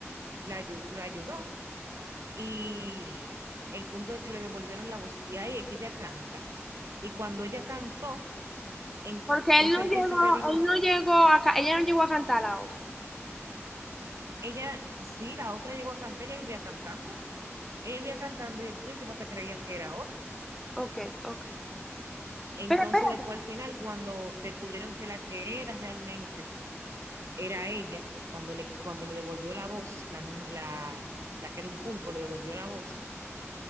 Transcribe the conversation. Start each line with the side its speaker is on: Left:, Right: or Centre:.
Right: la, ayu- lo ayudó y el punto es que le devolvieron la voz y ahí es que ella canta. Y cuando ella cantó, entonces
Centre: Porque él no
Right: el
Centre: llegó,
Right: príncipe dijo,
Centre: él no llegó a, ca- ella no llegó a cantar la otra.
Right: Ella, sí, la otra llegó a cantar, ella vivía cantando. Ella vivía cantando y el príncipe hasta creía que era otra.
Centre: Ok, ok.
Right: Entonces,
Centre: Pero espérate,
Right: después al final, cuando descubrieron que la que era realmente era ella, cuando le, cuando le devolvió la voz, la, mujer- la, la que era un pulpo le devolvió la voz,